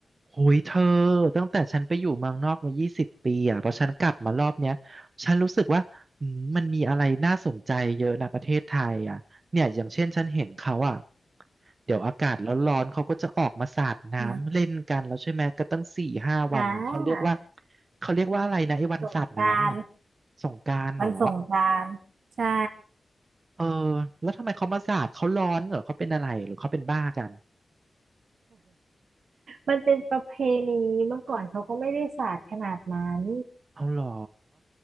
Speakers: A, on the right; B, on the right.
A: โอ้ยเธอตั้งแต่ฉันไปอยู่เมืองนอกมายี่สิบปีอ่ะพอฉันกลับมารอบเนี้ยฉันรู้สึกว่าอืมมันมีอะไรน่าสนใจเยอะนะประเทศไทยอ่ะเนี่ยอย่างเช่นฉันเห็นเขาอ่ะเดี๋ยวอากาศร้อนๆเขาก็จะออกมาสาดน้ำเล่นกันแล้วใช่ไหมก็ตั้งสี่ห้าวันอะเขาเรียกว่า
B: อ่ะอ่า
A: เขาเรียกว่าอะไรนะไอ้วันสาดน้ำเนี่ย
B: สงกรานต์
A: สงกรานต์เหรอ
B: วันสงกรานต์ใช่
A: เออแล้วทำไมเขามาสาดเขาร้อนเหรอเขาเป็นอะไรหรือเขาเป็นบ้ากัน
B: มันเป็นประเพณีเมื่อก่อนเขาก็ไม่ได้สาดขนาดนั้น
A: เอาเหรอ